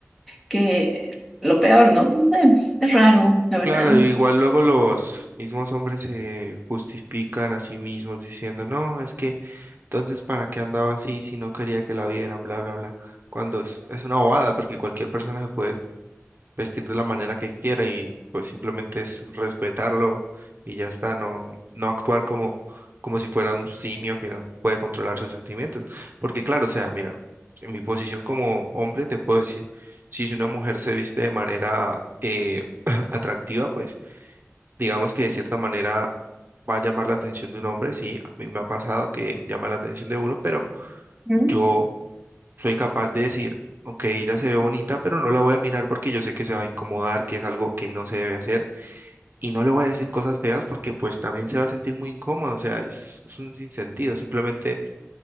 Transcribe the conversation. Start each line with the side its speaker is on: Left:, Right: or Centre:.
Centre: que lo peor, ¿no? No sé, es raro, la verdad.
Right: Claro, igual luego los mismos hombres se justifican a sí mismos diciendo, no, es que entonces para qué andaba así si no quería que la vieran, bla, bla, bla. Cuando es, es una bobada, porque cualquier persona se puede vestir de la manera que quiera y pues simplemente es respetarlo y ya está, no, no actuar como, como si fuera un simio que no puede controlar sus sentimientos. Porque claro, o sea, mira, en mi posición como hombre te puedo decir, si una mujer se viste de manera eh, <clears throat> atractiva, pues digamos que de cierta manera va a llamar la atención de un hombre, sí, a mí me ha pasado que llama la atención de uno, pero
Centre: Ujú.
Right: yo soy capaz de decir, ok, ella se ve bonita, pero no la voy a mirar porque yo sé que se va a incomodar, que es algo que no se debe hacer, y no le voy a decir cosas feas porque pues también se va a sentir muy incómodo, o sea, es, es un sinsentido, simplemente